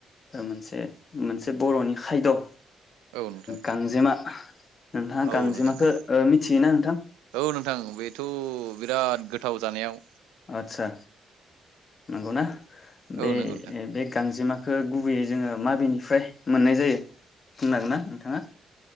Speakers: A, on the left (about 45°); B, on the right (about 80°).
A: मोनसे मोनसे बर'नि खायद'। ओ
B: औ नोंथां
A: गांजेमा नोंथाङा
B: औ
A: गांजेमाखो
B: नोंथां औ
A: ओ मिथियोना नोंथां
B: औ नोंथां बेथ' बिराद गोथाव जानायाव
A: आदसा नंगौ ना? बे
B: औ नंगौ नोंथां
A: बे गांजेमा खो गुबैयै जोङो माबेनिफ्राय मोननाय जायो बुंनो हागोन ना नोंथाङा